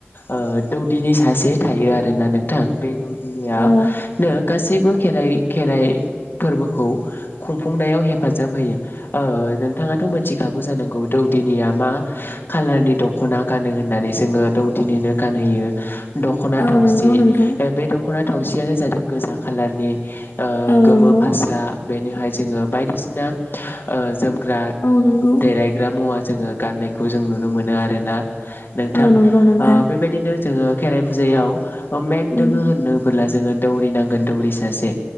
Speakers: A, on the left; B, on the left.
A: ओ दौदिनि सासे थायो आरो। ना नोंथां बै दौ दौदिनियानो
B: औ
A: गासैबो खेराइ खेराइ फोरबोखौ खुंफुंनायाव हेफाजाब होयो। ओ नोंथाङाथ' मोनथिखा गौ जानांगौ दौदिनिया मा खालारनि दखना गानो होननानै जोङो दौदिनिनो गानहोयो दखना थावसि
B: औ नंगौ नोंथां
A: बे दखना थावसेयानो जादों गोजा खालारनि ओ
B: औ
A: गोमो
B: नंगौ
A: फास्रा बेनिहाय जोङो बायदिसिना ओ जोमग्रा
B: औ नंगौ
A: देलायग्रा मुवा जोङो गाननायखौ जों नुनो मोनो आरो ना। नोंथां
B: औ नंगौ नोंथां
A: ओ बेबायदिनो जोङो खेराय फुजायाव ओमेेन दोङो
B: उम
A: होननोबोला जोङो दौरि नांगोन। दौरि सासे